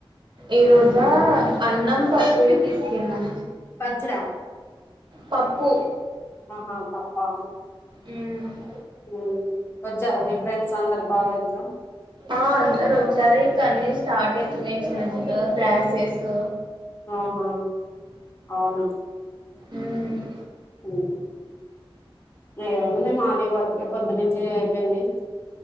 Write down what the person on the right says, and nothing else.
ఈ రోజా అన్నం పప్పువి తీసుకెళ్ళాం
పప్పు
ఉమ్
ఆ అందరు వచ్చారు ఇంకా అన్ని స్టార్ట్ అయితున్నాయి చిన్న చిన్నగా క్లాసెసు
ఉమ్